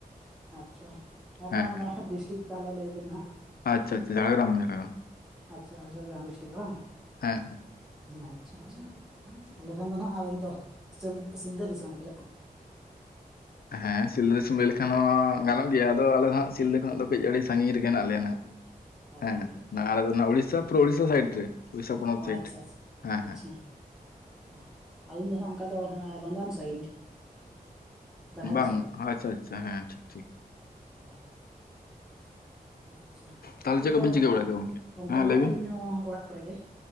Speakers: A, in the centre; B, on the left.
A: ᱟᱪᱪᱷᱟ ᱮᱱᱨᱮᱦᱚᱸ
B: ᱦᱮᱸ
A: ᱢᱟᱱᱮ ᱰᱤᱥᱴᱤᱠ ᱛᱟᱦᱚᱞᱮ ᱞᱟᱹᱭ ᱵᱤᱱ ᱦᱟᱸᱜ
B: ᱟᱪᱪᱷᱟᱪᱪᱷᱟ ᱡᱷᱟᱲᱜᱨᱟᱢ ᱡᱟᱨᱜᱟᱢ
A: ᱟᱪᱪᱷᱟ ᱡᱷᱟᱲᱜᱨᱟᱢ ᱰᱤᱥᱴᱨᱤᱠ ᱜᱮ ᱵᱟᱝ
B: ᱦᱮᱸ ᱦᱮᱸ
A: ᱟᱪᱪᱷᱟ ᱟᱪᱪᱷᱟ ᱛᱟᱦᱞᱮ ᱠᱷᱟᱱ ᱫᱚ ᱱᱟᱜ ᱟᱵᱮᱱ ᱫᱚ ᱥᱤᱞ ᱥᱤᱞᱫᱟᱹ ᱫᱤᱥᱚᱢ <unintelligible>
B: ᱦᱮᱸ ᱥᱤᱞᱫᱟᱹ ᱫᱤᱥᱚᱢ ᱞᱟᱹᱭ ᱞᱮᱠᱷᱟᱱ ᱦᱚᱸ ᱜᱟᱱᱚᱜ ᱜᱮᱭᱟ ᱟᱫᱚ ᱟᱞᱮ ᱫᱚ ᱦᱚᱸᱜ ᱥᱤᱞᱫᱟᱹ ᱠᱷᱱᱟᱜ ᱫᱚ ᱠᱟᱹᱡ ᱟᱹᱲᱤ ᱥᱟᱺᱜᱤᱧ ᱨᱮᱜᱮ ᱦᱮᱱᱟᱜ ᱞᱮᱭᱟ ᱱᱟᱦᱟᱜ
A: <inaudible>
B: ᱦᱮᱸ
A: ᱦᱳᱭ
B: ᱱᱟᱣᱟ ᱩᱲᱤᱥᱥᱟ ᱞᱩᱨᱳ ᱩᱲᱤᱥᱥᱟ ᱥᱟᱭᱰ ᱨᱮ ᱩᱲᱤᱥᱥᱟ ᱯᱚᱱᱚᱛ
A: ᱚ
B: ᱥᱟᱭᱤᱰ
A: ᱟᱪᱪᱷᱟ
B: ᱦᱮᱸ
A: ᱟᱪᱪᱷᱟ ᱟᱪᱪᱷᱟ
B: ᱦᱮᱸ
A: ᱚ ᱟᱹᱞᱤᱧ ᱫᱚ ᱱᱟᱟᱜ ᱚᱱᱠᱟ ᱫᱚ ᱵᱟᱸᱫᱣᱟᱱ ᱥᱟᱭᱤᱰ ᱵᱟᱨᱦᱟ
B: ᱵᱟᱝ
A: ᱫᱤᱥᱚᱢ
B: ᱟᱪᱪᱷᱟ ᱟᱪᱪᱷᱟ ᱦᱮᱸ ᱴᱷᱤᱠ ᱴᱷᱤᱠ
A: ᱦᱳᱭ <inaudible> ᱟᱪᱪᱷᱟ
B: ᱛᱟᱦᱚᱞᱮ
A: ᱱᱤᱛᱚᱜ
B: ᱪᱮᱫ ᱠᱚᱵᱤᱱ
A: ᱫᱚ
B: ᱪᱤᱠᱟᱹ ᱵᱟᱲᱟᱭᱮᱫᱟ ᱜᱚᱝᱠᱮ
A: ᱚᱱᱠᱟ
B: ᱦᱮᱸ
A: ᱫᱚ
B: ᱞᱟᱹᱭ ᱵᱤᱱ
A: ᱟᱹᱞᱤᱧ ᱦᱚᱸ ᱚᱲᱟᱜ ᱠᱚᱨᱮ ᱜᱮ